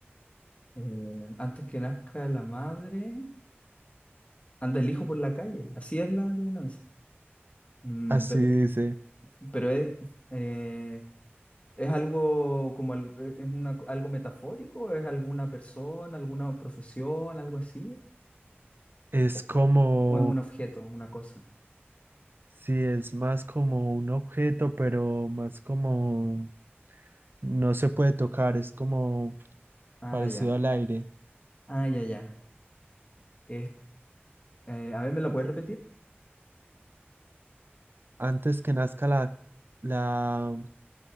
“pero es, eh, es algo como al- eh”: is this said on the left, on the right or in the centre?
Left